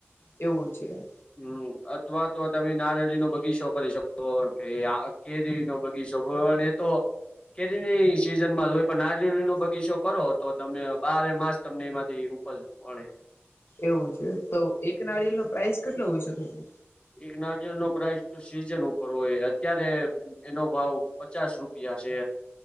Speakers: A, on the left; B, on the left.
A: એવું છે
B: હમ અથવા તો તમે નારળી નો બગી શો શ કે આ કેરી નો બગી શો એ તો કેરીની સીઝન માં જોય પણ ના રી નો બગીચો કરો તો તમે બારે માસ તમને એમાંથી ઉપજ મળે
A: એવું છે તો એક નારિયેલ નો પ્રાઇસ કેટલો હોઈ શકે છે
B: એક નાિયલ નો પ્રાાઈસ તો સીઝન ઉપર હોય અત્યારે એનો ભાવ પચાસ રૂપિયા પા છે